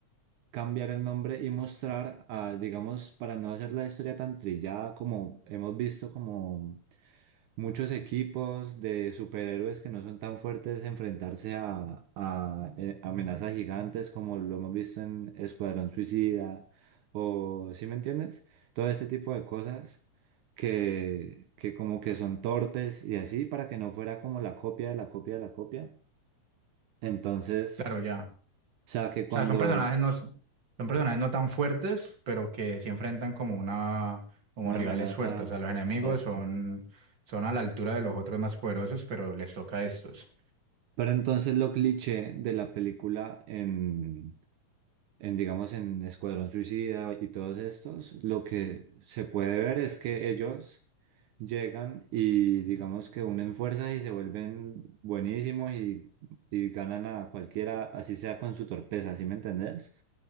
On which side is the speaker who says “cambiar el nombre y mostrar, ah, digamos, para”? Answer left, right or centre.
Right